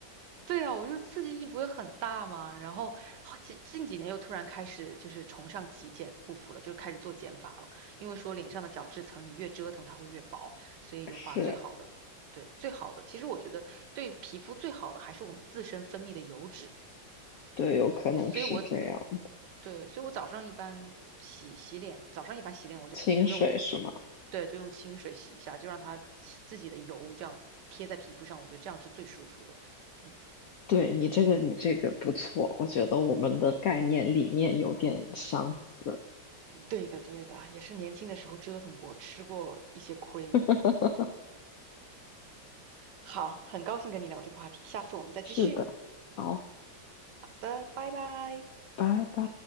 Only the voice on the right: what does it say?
对啊，我就说刺激性不会很大嘛。然后好近近几年又突然开始就是崇尚极简护肤了，就开始做减法了。因为说脸上的角质层你越折腾它会越薄，所以的话最好的，
对，最好的，其实我觉得对皮肤最好的还是我们自身分泌的油脂。
所以我对，所以我早上一般洗洗脸，早上一般洗脸我就不不用，
对，就用清水洗一下，就让它自己的油这样贴在皮肤上，我觉得这样是最舒服的。嗯。
对的，对的，也是年轻的时候折腾过，吃过一些亏。
好，很高兴跟你聊这个话题，下次我们再继续。
好的，拜拜。